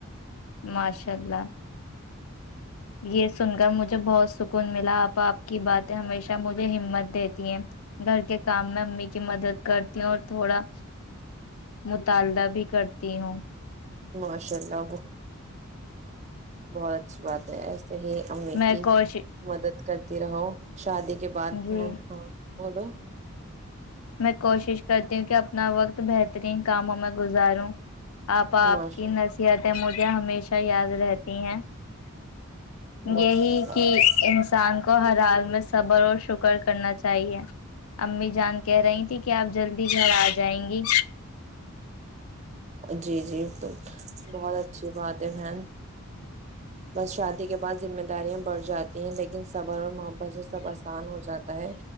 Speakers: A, on the left (about 75°); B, on the right (about 30°).
A: ماشاء اللہ یہ سن گا مجھے بہت سکون ملا اب اپ کی باتیں ہمیشہ مجھے ہمت دیتی ہیں گھر کے کام میں امی کی مدد کرتی ہوں اور تھوڑا مطالبہ بھی کرتی ہوں
B: ماشاءاللہ بہت صحیح امی
A: میں
B: کی
A: کوش
B: مدد کر ت رہو شادی کے بعد
A: جی
B: بہن ہاں بولو
A: میں کوشش کرتی ہوں کہ اپنا وقت بہترین کاموں میں گزاروں آپ, آپ
B: ماشاء
A: کی نصیحتیں
B: اللہ
A: مجھے ہمیشہ یاد رہتی ہیں
B: ماشاء
A: یہی
B: اللہ
A: کہ انسان کو کو ہر حال میں سبر اور شکر کرنا چاہیے امی جان کہہ رہی تھی کہ آپ جلدی گھر آ جائیں گی
B: جی, جی بہت اچھی بات ہے بہن بس شادی کے بعد ذمہ داریاں بڑھ جاتی ہیں لیکن صبر اور محبت سے سب اسان ہو جاتا ہے